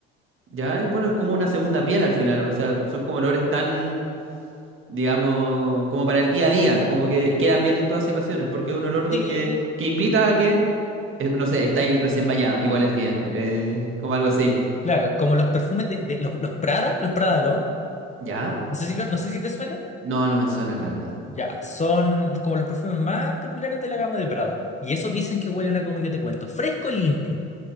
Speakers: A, on the right; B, on the left.
A: ya, y bueno, es como una segunda piel al final. O sea, son como olores tan. digamos, como para el día a día, como que quedan bien en todas situaciones, porque es un olor
B: Sí,
A: que, que invita a que, eh, no sé, está ahí recién bañado, igual es bien, eh, como algo así.
B: claro, como los perfumes de, de los, los Prada, los Prada L'Homme.
A: ¿Ya?
B: No sé si, lo- no sé si te suenan.
A: No, no me suenan, la verdad.
B: Ya, son como los perfumes más populares de la gama de Prada. Y esos dicen que huelen a como yo te cuento, fresco y limpio.